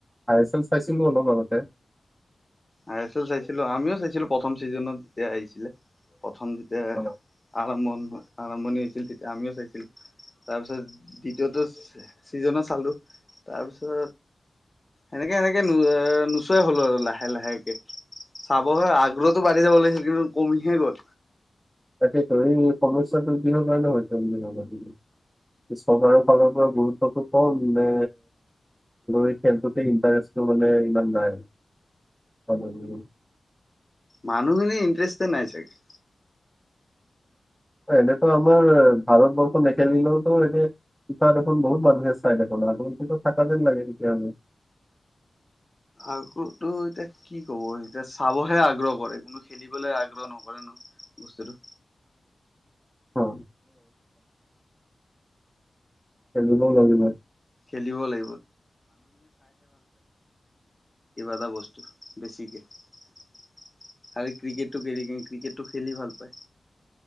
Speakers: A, in the centre; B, on the left.
A: এই এছ এল চাইছিলো অলপ আগতে।
B: আই এছ এল চাইছিলো আমিও চাইছিলো প্ৰথম চিজনত যেতিয়া আহিছিলে। প্ৰথম যেতিয়া
A: অ,
B: আৰম্ভন হ আৰম্ভণি হৈছিল তেতিয়া আমিও চাইছিলো তাৰপিছত দ্বিতীয়টো চিজনো চালো তাৰপিছত এনেকে এনেকে নোচোৱায়ে হলো আৰু লাহ লাহে লাহেকে চাবলৈ আগ্ৰহতো বাঢ়ি যাব লাগিছিল কিন্তু কমিহে গ'ল
A: সেই এই সমস্যাটো কিহৰ কাৰণে হৈছে বুলি ভবা তুমি চৰকাৰৰ ফালৰ পৰা গুৰুত্বটো মে এই খেলটোতে ইণ্টাৰেষ্টটো মানে ইমান নাই
B: মানুহখিনি ইণ্টাৰেষ্টে নাই চাগে
A: এনেতো আমাৰ ভাৰতবৰ্ষ নেখেলিলেওতো এনে পফা দেখখন বহুত মানুহে চাই দেখ আগো থকা যেন লাগে তেতিয়াহলে
B: আগ্ৰত এতিয়া কি ক'ব এতিয়া চাবহে আগ্ৰহ কৰে কোনো খেলিবলৈ আগ্ৰহ নকৰে ন বস্তুটো
A: অ সেই ল লাগি
B: ম কিবা এটা বস্তু বেছিকৈ আৰুাল ক্ৰিকেটোটো কে ক্ৰিকেটোটো খেলি ভাল পায়